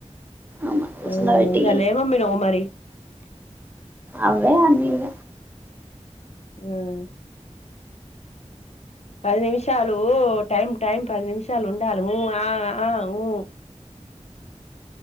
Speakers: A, on the right; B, on the left.
A: అమ్మని కూర్చుండబెట్టి
B: మ్ ఇయాల ఎం అమ్మినవ్ మరి
A: అవ్వే అన్ని ఇగ
B: మ్ పది నిమిషాలు టైమ్ టైం పది నిమిషాలు ఉండాలి మ్ అ ఉ ఆ ఉ